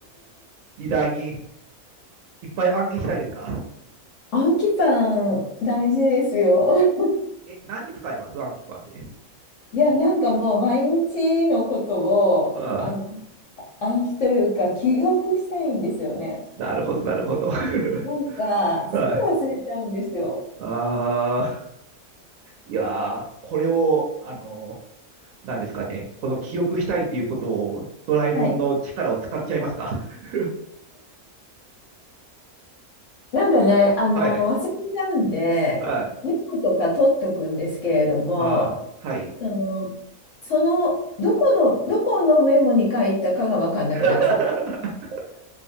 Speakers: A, on the right; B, on the left.
A: 時代にいっぱい暗記したいですか、
B: アンキパン、大事ですよ。
A: うん、
B: <laughs>
A: え、何に使います暗記パンで。
B: いや、なんかもう毎日のことを暗、
A: ああ、
B: 暗記というか記憶したいんですよね。
A: なるほど、なるほど。<laughs>
B: なんか、
A: はい。
B: すぐ忘れちゃうんですよ。
A: ああ、いやー、これを、あのなんですかね、この記憶したいということを、ドラえもんの力を使っちゃいますか。
B: はい。
A: <laughs>
B: なんかね、あの、
A: はい、
B: 忘れちゃうんで、
A: はい、
B: メモとか取っとくんですけれども、
A: あはい。
B: その、その、どこの、どこのメモに書いたかが分かんなくなっちゃう。
A: <laughs>